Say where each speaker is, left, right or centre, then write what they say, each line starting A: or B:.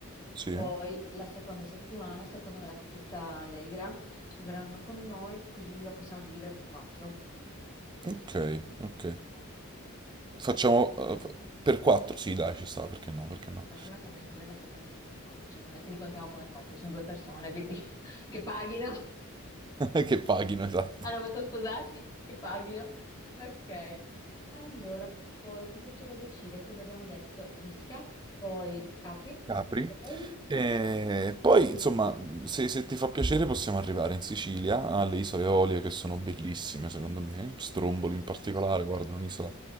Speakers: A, on the right (about 20°); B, on the left (about 15°).
A: Sì,
B: Poi
A: eh?
B: la seconda settimana, secondo me la coppietta Allegra verranno con noi, quindi lo possiamo dividere per quattro.
A: ok, ok.
B: Ok,
A: Facciamo eh, per 4? Sì, dai, ci sta, perché no,
B: sì.
A: perché no?
B: La prima siamo in tre, la seconda siamo in quattro, cioè non è che li contiamo come coppie, sono due persone, quindi <laughs> che paghino.
A: <laughs> Che paghino, esatto.
B: Hanno voluto sposarsi? Che paghino. Ok. Allora, poi cosa c'è da decidere? Quindi abbiamo detto Ischia, poi Capri,
A: Capri.
B: poi...
A: E poi, insomma, se, se ti fa piacere possiamo arrivare in Sicilia, alle isole Eolie che
B: Mm,
A: sono bellissime, secondo me. Stromboli
B: Ci sta.
A: in particolare, guarda, è un'isola